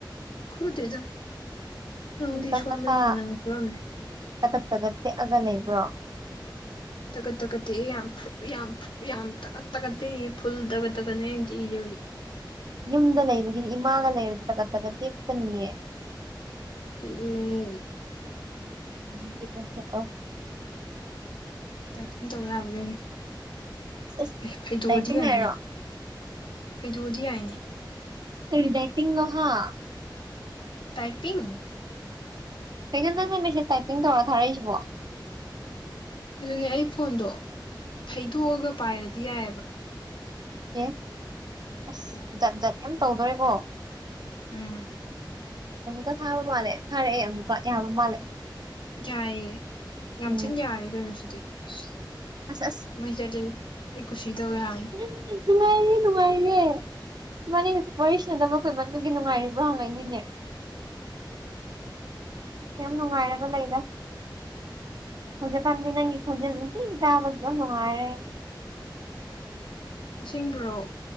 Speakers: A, on the left; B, on the right.
A: ꯈꯨꯗꯦꯗ ꯅꯪꯗꯤ
B: ꯈꯖꯤꯛꯀꯥꯟ
A: ꯁꯣꯟꯕꯅꯤꯅ
B: ꯅꯁꯥ
A: ꯅꯪ ꯈꯨꯔꯝꯅꯤ
B: ꯇꯀꯠ ꯇꯒꯠ ꯇꯦꯛꯑꯒ ꯂꯩꯕ꯭ꯔꯣ
A: ꯇꯀꯠ ꯇꯀꯠꯇꯦ ꯌꯥꯝ ꯐꯨ ꯌꯥꯝ ꯐꯨ ꯌꯥꯝ ꯇꯀꯠ ꯇꯛꯠ ꯇꯦꯛꯏ ꯐꯨꯜ ꯇꯒꯠ ꯇꯒꯠꯅꯤ ꯑꯩ ꯇꯦꯛꯏꯁꯤ ꯍꯧꯖꯤꯛ
B: ꯌꯨꯝꯗ ꯂꯩꯕꯒꯤꯗꯤ ꯏꯃꯥꯒ ꯂꯩꯔꯗꯤ ꯇꯒꯠ ꯇꯒꯠ ꯇꯦꯛꯀꯅꯤꯌꯦ
A: <unintelligible>
B: <unintelligible>
A: ꯇꯥꯏꯄꯤꯡ ꯇꯧ ꯌꯥꯕ꯭ꯔ ꯌꯦꯡꯒꯦ
B: ꯑꯁ
A: ꯑꯦ ꯐꯩꯗꯣꯛꯑꯗꯤ
B: ꯗꯥꯏꯇꯤꯡ
A: ꯌꯥꯏꯅꯦ
B: ꯍꯥꯏꯔꯣ
A: ꯐꯩꯗꯣꯛꯑꯗꯤ ꯌꯥꯏꯅꯦ
B: ꯀꯩ ꯗꯥꯏꯇꯤꯡ ꯂꯣꯍꯥ
A: ꯇꯥꯏꯄꯤꯡ
B: ꯀꯩꯅꯣ ꯅꯪꯅ ꯃꯦꯁꯦꯁ ꯇꯥꯏꯄꯤꯡ ꯇꯧꯔꯒ ꯊꯥꯔꯛꯏꯁꯤꯕꯣ
A: ꯑꯗꯨꯅꯦ ꯑꯩ ꯐꯣꯟꯗꯣ ꯐꯩꯗꯣꯛꯑꯒ ꯄꯥꯏꯔꯗꯤ ꯌꯥꯏꯑꯕ
B: ꯑꯣ ꯑꯁ
A: ꯑꯗꯣ
B: ꯖꯠ ꯖꯠ ꯌꯥꯝ ꯇꯧꯗꯣꯔꯦꯀꯣ
A: ꯎꯝ
B: ꯑꯃꯨꯛꯀ ꯊꯥꯕ ꯃꯥꯜꯂꯦ ꯊꯥꯔꯛꯑꯦ ꯑꯃꯨꯛꯀ ꯌꯥꯕ ꯃꯥꯜꯂꯦ
A: ꯌꯥꯏꯌꯦ ꯌꯥꯝ
B: ꯎꯝ
A: ꯊꯤꯅ ꯌꯥꯔꯦ ꯀꯩꯅꯣꯁꯤꯗꯤ ꯑꯁ
B: ꯑꯁ ꯑꯁ
A: ꯃꯩ ꯆꯠꯂꯦ ꯑꯩ ꯀꯨꯁꯤ ꯇꯧꯋꯦ ꯍꯥꯏꯕꯅꯤ
B: <unintelligible> ꯅꯨꯡꯉꯥꯏꯔꯤꯌꯦ ꯏꯕꯥꯟꯅꯤ ꯋꯥꯔꯤꯁꯤꯅꯗꯕ ꯀꯨꯏꯃꯥꯟ ꯉꯤ ꯅꯨꯡꯉꯥꯏꯔꯤꯕ꯭ꯔꯣ ꯍꯪꯉꯛꯏꯅꯤꯅꯦ ꯑꯁ ꯌꯥꯝ ꯅꯨꯡꯉꯥꯏꯔꯒ ꯂꯩꯗ ꯍꯧꯖꯤꯛ ꯀꯟꯁꯦ ꯅꯪ ꯈꯣꯟꯖꯦꯟ ꯅꯨꯡꯇꯤꯒꯤ ꯇꯕꯒꯤ ꯌꯥꯝ ꯅꯨꯡꯉꯥꯏꯌ
A: ꯑꯁꯦꯡ ꯕꯥꯔꯣ